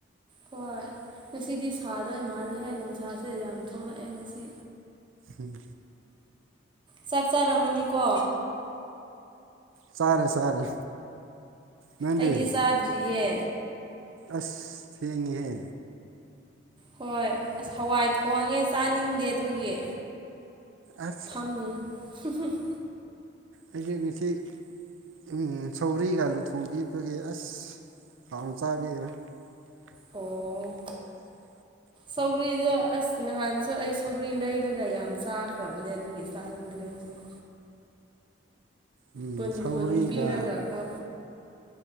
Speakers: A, on the right; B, on the right.
A: ꯍꯣꯏ ꯉꯁꯤꯗꯤ ꯁꯥꯗꯣꯏ ꯃꯥꯜꯂꯦꯍꯦ ꯅꯨꯡꯁꯥꯁꯦ ꯌꯥꯝ ꯊꯣꯛꯂꯛꯑꯦ ꯉꯁꯤ
B: ꯎꯝ
A: ꯆꯥꯛ ꯆꯥꯔꯝꯃꯅꯤꯀꯣ
B: ꯆꯥꯔꯦ ꯆꯥꯔꯦ ꯅꯪꯗꯤ
A: ꯑꯩꯗꯤ ꯆꯥꯗ꯭ꯔꯤꯌꯦ
B: ꯑꯁ ꯊꯦꯡꯉꯤꯍꯦ
A: ꯍꯣꯏ ꯑꯁ ꯍꯋꯥꯏ ꯊꯣꯡꯉꯦ ꯆꯥꯅꯤꯡꯗꯦ ꯑꯗꯨꯒꯤ
B: ꯑꯁ
A: ꯐꯝꯃꯤ <unintelligible>
B: ꯑꯩꯁꯦ ꯉꯁꯤ ꯎꯝ ꯁꯧꯒ꯭ꯔꯤꯒ ꯑꯂꯨ ꯊꯣꯡꯕꯤꯕꯒꯤ ꯑꯁ ꯍꯥꯎ ꯆꯥꯕꯤꯈ꯭ꯔꯦ <inaudible>
A: ꯑꯣ ꯁꯧꯒ꯭ꯔꯤꯗꯣ ꯑꯁ ꯅꯍꯥꯟꯁꯨ ꯑꯩ ꯁꯧꯒ꯭ꯔꯤ ꯂꯩꯔꯒ ꯌꯥꯝ ꯆꯥꯈ꯭ꯔꯕꯅꯦ ꯑꯗꯨꯒꯤ ꯆꯥꯅꯤꯡꯗ꯭ꯔꯦ ꯍꯧꯖꯤꯛ
B: ꯎꯝ
A: ꯀꯨꯟ
B: ꯁꯧꯒ꯭ꯔꯤꯒ
A: ꯀꯨꯟ ꯄꯤꯔꯒ ꯀꯣ